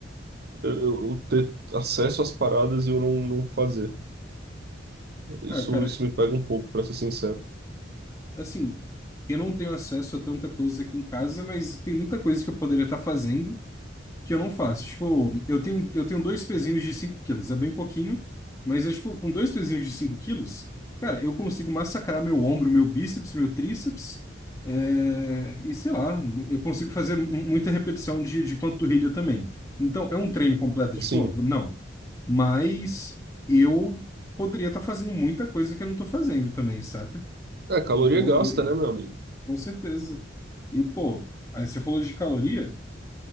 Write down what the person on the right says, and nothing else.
Eu, eu ter acesso às paradas e eu não, não fazer. Isso,
isso me pega um pouco, para ser sincero.
Assim,
é caloria
gasta,
né, meu amigo?